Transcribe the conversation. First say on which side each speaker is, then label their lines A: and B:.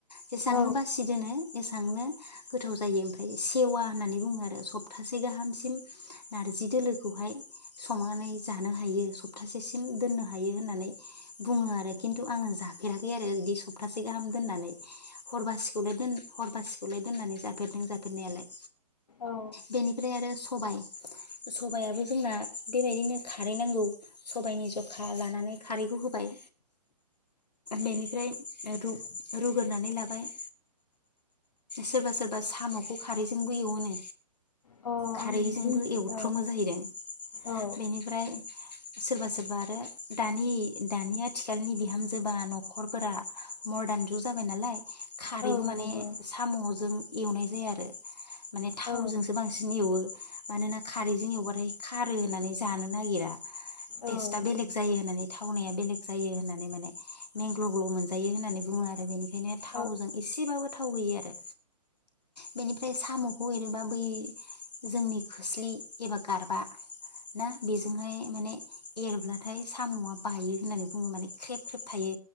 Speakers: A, on the left; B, on the left.
A: जेसेबांनो
B: औ
A: बासि दोनो एसांनो गोथाव जायो ओमफ्राय सेवा होननानै बुङो आरो सब। प्तासे गाहामसिम नारजि दोलोखौहाय संनानै जानो हायो सप्तासेसिम दोननो हायो होननानै बुङो आरो खिन्थु आङो जाफेराखै आरो बिदि सप्तासे गाहाम दोननानै। हर बासिखौलाय दोन हर बासि। खौलाय दोननानै जाफेरदों जाफेरनायालाय।
B: औ।
A: बेनिफ्राय आरो सबाय सबायाबो जोंना बेबायदिनो खारै नांगौ। सबायाइनि जखा लानानै खारैखौ होबाय। बेनिफ्राय रु रुगोरनानै लाबाय सोरबा सोरबा साम'खौ खारैजोंबो एवोनो।
B: अ
A: खारैजोंबो
B: आं मिन
A: एवथ्रमो
B: औ
A: जाहैदों
B: औ
A: बेनिफ्राय सोरबा सोरबा आरो दानि दानि आथिखालनि बिहामजोबा न'खरफोरा मदार्न जुग जाबाय नालाय खारैखौ
B: औ
A: माने
B: नंगौ
A: साम'जों एवनाय जाया आरो माने थावजोंसो
B: औ
A: बांसिन एवो मानोना खारैजों एवबाथाय खारो होननानै जानो नागिरा टेस्टआ
B: औ
A: बेलेग जायो होननानै थावनाया बेलेग जायो होननानै माने मेंग्ल' ग्ल' मोनजायो होननानै बुङो आरो बेनिखायनो
B: औ
A: थावजों एसेबाबो थाव थाव होयो आरो बेनिफ्राय साम'खौ एरोबा बै जोंनि खोस्लि एबा गारबा ना बेजोंहाय माने एरब्लाथाय साम'आ बायो होननानै बुङो माने ख्रेब ख्रेब थायो